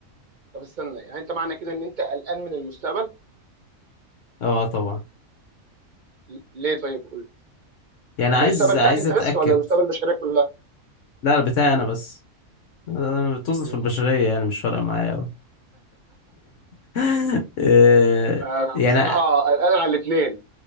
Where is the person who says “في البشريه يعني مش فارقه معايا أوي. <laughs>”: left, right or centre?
Left